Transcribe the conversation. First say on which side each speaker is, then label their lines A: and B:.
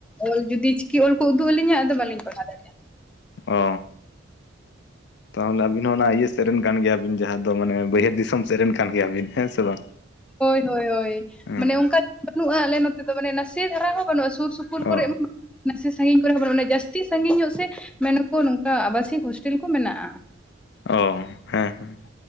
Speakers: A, in the centre; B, on the left (about 60°).
A: ᱚᱞ ᱡᱩᱫᱤ ᱪᱤᱠᱤ ᱚᱞ ᱠᱚ ᱩᱫᱩᱜ ᱟᱹᱞᱤᱧᱟ ᱟᱫᱚ ᱵᱟᱹᱞᱤᱧ ᱯᱟᱲᱦᱟᱣ ᱫᱟᱲᱮᱭᱟᱜᱼᱟ
B: ᱚ ᱛᱟᱦᱚᱞᱮ ᱟᱹᱵᱤᱱ ᱦᱚᱸ ᱚᱱᱟ ᱤᱭᱟᱹ ᱥᱮᱫ ᱨᱮᱱ ᱠᱟᱱ ᱜᱮᱭᱟᱵᱤᱱ ᱡᱟᱦᱟᱸ ᱫᱚ ᱛᱚ ᱢᱟᱱᱮ ᱵᱟᱹᱭᱦᱟᱹᱲ ᱫᱤᱥᱚᱢ ᱥᱮᱫ ᱨᱮᱱ ᱠᱟᱱ ᱜᱮᱭᱟᱵᱤᱱ ᱦᱮᱸ ᱥᱮ ᱵᱟᱝ᱾
A: ᱦᱳᱭ ᱦᱳᱭ ᱦᱳᱭ
B: ᱦᱮᱸ
A: ᱢᱟᱱᱮ ᱚᱱᱠᱟ ᱵᱟᱹᱱᱩᱜ-ᱟ ᱟᱞᱮ ᱱᱚᱛᱮ ᱫᱚ ᱢᱟᱱᱮ ᱱᱟᱥᱮ ᱫᱷᱟᱨᱟ ᱦᱚᱸ ᱵᱟᱹᱱᱩᱜ-ᱟ ᱥᱩᱨ ᱥᱩᱯᱩᱨ ᱯᱩᱨ ᱠᱚᱨᱮ
B: ᱚ
A: <inaudible> ᱱᱟᱥᱮ ᱥᱟᱺᱜᱤᱧ ᱠᱚᱨᱮ ᱦᱚᱸ ᱵᱟᱹᱱᱩᱜ ᱚᱱᱟ ᱡᱟᱹᱥᱛᱤ ᱥᱟᱺᱜᱤᱧ ᱧᱚᱜ ᱥᱮ ᱢᱮᱱᱟ ᱠᱚ ᱱᱚᱝᱠᱟ ᱟᱵᱟᱥᱤᱠ ᱦᱳᱥᱴᱮᱞ ᱠᱚ ᱢᱮᱱᱟᱜ-ᱟ᱾
B: ᱚ ᱦᱮᱸ ᱦᱮᱸ